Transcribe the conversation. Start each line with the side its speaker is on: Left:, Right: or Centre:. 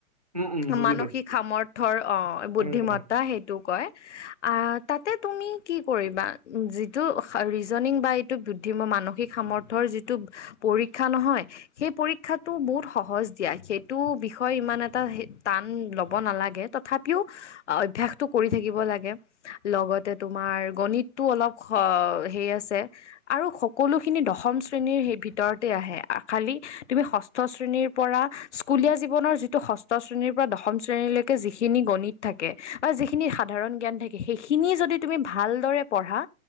Right: উম উম বুজি
Left: মানসিক
Right: পাইছো
Left: সামৰ্থ্যৰ অ, বুদ্ধিমত্তা
Right: উম উম
Left: সেইটো কয়। আ, তাতে তুমি কি কৰিবা যিটো ৰিজনং বাইট টো বুদ্ধিম মানসিক সামৰ্থ্যৰ যিটো পৰীক্ষা নহয় সেই পৰীক্ষাটো বহুত সহজ দিয়া সেইটো বিষয়ে ইমান এটা টান ল'ব নালাগে। তথাপিও অভ্যাসটো কৰি থাকিব লাগে। লগতে তোমাৰ গণিতটো অলপ স-সেই আছে। আৰু সকলোখিনি দশম শ্ৰেণীৰ সেই ভিতৰতে আহে খালি তুমি ষষ্ঠ শ্ৰেণীৰ পৰা স্কুলীয়া জীৱনৰ যিটো ষষ্ঠ শ্ৰেণীৰ পৰা দশম শ্ৰেণীলৈকে যিখিনি গণিত থাকে বা যিখিনি সাধাৰণ জ্ঞান থাকে সেইখিনি যদি তুমি ভালদৰে পঢ়া